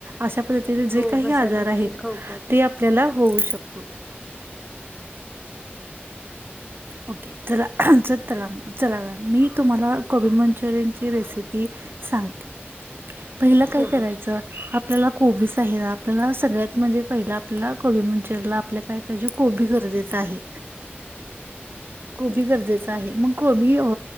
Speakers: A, on the right; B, in the centre.
A: अशा पद्धतीने जे
B: हो
A: काही
B: घसा
A: आजार
B: देखील
A: आहेत
B: खवखवतो
A: ते आपल्याला होऊ शक तो ओके चला. चला मॅडम मी तुम्हाला कोबी मंचुरियन ची रेसिपी सांगते. पहिला काय
B: हो
A: करायचं
B: हो
A: आपल्याला- कोबीच आहे ना आपल्याला सगळ्यात म्हणजे पहिलं आपल्याला कोबी मंचुरीला आपल्या काय पाहिजे कोबी गरजे च आहे कोबी गरजेचं आहे मग कोबी हो